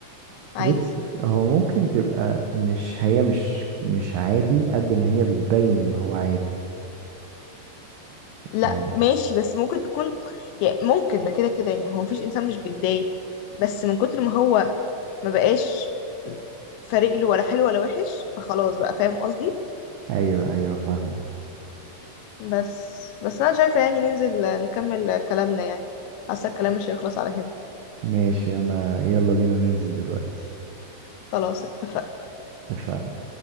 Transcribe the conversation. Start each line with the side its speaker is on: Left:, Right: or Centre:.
Left: عادي
Right: بصي هو ممكن تبقى مش هي مش مش عادي قد ما هي بتبين ان هو عادي
Left: لا
Right: يعني
Left: ماشي بس ممكن تكون يعني ممكن ده كده كده يعني هو مفيش انسان مش بيتضايق بس من كتر ما هو ما بقاش فارق له ولا حلو ولا وحش فخلاص بقى فاهم قصدي
Right: ايوه ايوه فاهمك
Left: بس بس انا شايفة يعني ننزل نكمل كلامنا يعني حاسة الكلام مش هيخلص على هنا
Right: ماشي انا يلا بينا ننزل دلوقتي
Left: خلاص اتفقنا
Right: اتفقنا